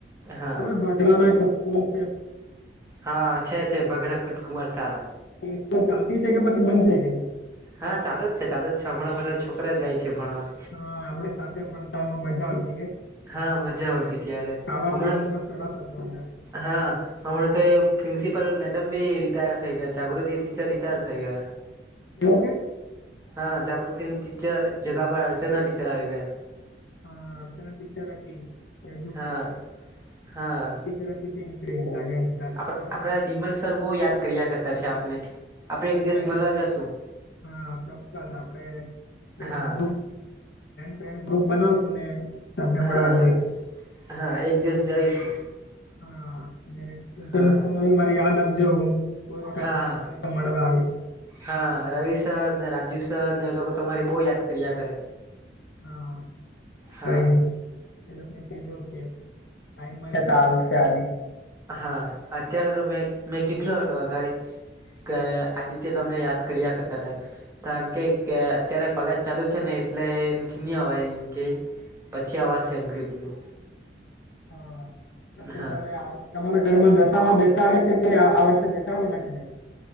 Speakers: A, on the right; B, on the left.
A: હા
B: ખબર બગડામાં એક સ્કૂલ છે.
A: હા છે છે ભગડા ફુટકુંમાર સારા.
B: એ સ્કૂલ ચાલતી છે કે પછી બંધ થઈ ગઈ છે.
A: હા ચાલ જ છે ચાલુ જ છે હમણાં બધા છોકરા જાય છે ભણવા.
B: હા આપડે સાથે પણતા એમાં મજા આવતી કે
A: હા મજા આવતી ત્યારે
B: ખાવા
A: હમણાં
B: પીવાનું
A: તો
B: પણ સરસ હતું અંદર
A: હા. હમણાં તો પ્રિન્સિપલ મેડમ બી રિટાયર થઈ ગયા જાગૃતિ ટીચર રિટાયર થઈ ગયા.
B: કેવો કે.
A: હા જાગૃતિની ટીચર જગા પર અડચના ટીચર આવી ગયા.
B: હા અર્ચના ટીચર હ હતી. હજુ
A: હા
B: પણ
A: હા
B: છે જચ નીકળીાગ્યાાર
A: આપ
B: થઈ
A: આપડા
B: ને
A: ડીમલ સર બહુ યાદ કર્યા કરતાં છે આપને આપણે એક
B: તો
A: દિવસ
B: કઈ
A: મળવા જશું.
B: હા ચોક્કસ આપડે ફ્રેન્ડ
A: હા
B: ફન્ડ ગ્રુપ બનાવશું ને તમને
A: હા
B: મળવા જઈશું
A: હા એક દિવસ જઈશું.
B: હા
A: હા
B: નુ મારી યાદ આપજો હું. કોઈ વખત
A: હા
B: ટાઈમ
A: હા
B: મળે તો મળવા આવીએ.
A: હા રવિ સર ને રાજીવ સર ને એ લોકો તમારી બહુ યાદ કર્યા કરે.
B: હા
A: હા
B: કઈ ની. એ લોકોકને કજો કે ટાઈમ મળે તો આવશે આ
A: હા અત્યારે તો મેં મેં કેટલું હતું આ ગાડી કે આ રીતે તમમે યાદ કર્યા કરતાં તેમ તો એમ કે અત્યારે કોલેજ ચાલુ છે ને એટલે એથી નહ હોવાય એમ કે પછી આવાજ એમ કેટલું.
B: હા શું
A: હા
B: તમે આવો. તમારા ઘરમાં દશામાં બેસાડે છે કે આ વર્ષે બેસાડવા નાખ નઈ